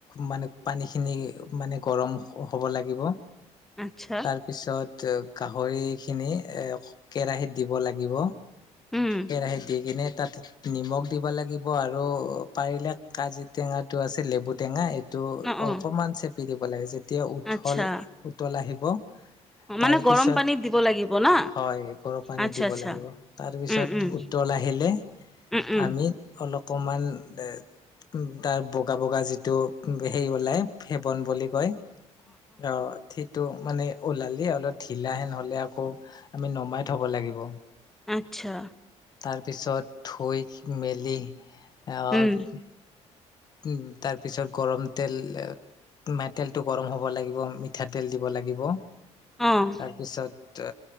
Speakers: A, on the left; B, in the centre.
A: মানে পানীখিনি মানে গৰম হ'ব লাগিব।
B: আচ্ছা।
A: তাৰ পিছত গাহৰিখিনি এ কেৰাহীত দিব লাগিব।
B: উম
A: কেৰাহীত দি কিনে তাত নিমখ দিব লাগিব আৰু পাৰিলে কাজিৰ টেঙাটো আছে লেবু টেঙা এই টো
B: অ
A: অকমান
B: অ
A: চেপি দিব লাগে যেতিয়া উঠল
B: আচ্ছা
A: উতল আহিব।
B: অ,
A: তাৰপিছত
B: মানে গৰম পানীত দিব লাগিব না
A: হয় গৰম পানীত
B: আচ্ছা
A: দিব
B: আচ্ছা
A: লাগিব। তাৰপিছত
B: উম উম
A: উত তল আহিলে
B: উম উম
A: আমি অলকমান এ তাৰ বগা বগা যিটো হেৰি ওলাই <unintelligible> বুলি কয় অ'। সেইটো মানে ওলালেই অলপ ঢিলাহেন হ'লে আকৌ আমি নমাই থ'ব লাগিব।
B: আচ্ছা।
A: তাৰপিছত ধুই মেলি অ'
B: উম
A: উম, তাৰ পিছত গৰম তেল মেটেলটো গৰম হ'ব লাগিব মিঠাতেল দিব লাগিব।
B: উম।
A: পিছত ত